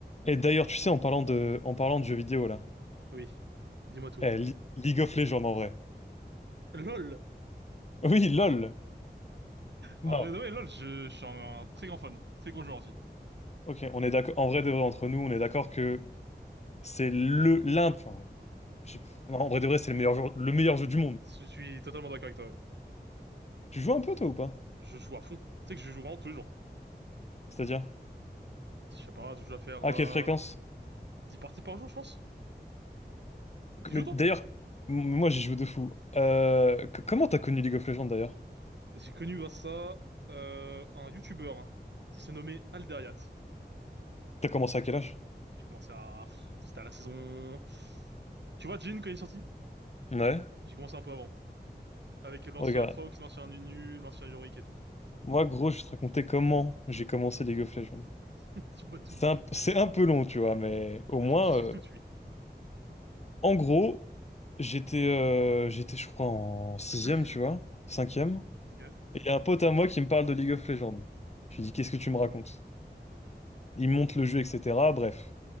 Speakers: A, on the left; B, on the right.
A: Et d'ailleurs, tu sais, en parlant de, en parlant de jeux vidéo, là,
B: Oui, dis-moi tout.
A: eh, Li- League of Legends en vrai.
B: LOL! <laughs>
A: Oui, LOL. Non.
B: En vrai, de vrai, LOL, je, je suis un, très grand fan, très gros joueur aussi.
A: Ok, on est d'accord. En vrai de vrai, entre nous, on est d'accord que c'est le l'un. enfin, je- en vrai de vrai, c'est le meilleur jeu, le meilleur jeu du monde.
B: Je suis totalement d'accord avec toi. ouais.
A: Tu joues un peu toi ou pas?
B: Je joue à fond. Tu sais que je joue vraiment tous les jours.
A: C'est-à-dire?
B: Je sais pas, je dois faire
A: À
B: euh,
A: quelle fréquence?
B: 10 parties par jour, je pense. Tu
A: Mais
B: joues toi?
A: d'ailleurs, m- moi j'y joue de fou. Euh, c- comment t'as connu League of Legends d'ailleurs?
B: J'ai connu grâce à ça euh, un YouTuber hein, qui s'est nommé Alderiat.
A: T'as commencé à quel âge?
B: J'ai commencé à... pff, C'était à la saison... Tu vois, Jin, quand il est sorti?
A: Ouais.
B: J'ai commencé un peu avant. Avec l'ancien
A: Regarde,
B: Atrox, l'ancien Nunu, l'ancien Yorick et tout.
A: moi gros, je vais te raconter comment j'ai commencé League of Legends.
B: <laughs> Dis-moi tout.
A: C'est un, c'est un peu long, tu vois, mais au moins.
B: Je, je suis
A: euh,
B: tout tué.
A: En gros, j'étais, euh, j'étais, je crois, en sixième,
B: <coughs>
A: tu vois, cinquième.
B: Ok.
A: Et il y a un pote à moi qui me parle de League of Legends. Je lui dis, qu'est-ce que tu me racontes? Il me monte le jeu, etc. Bref,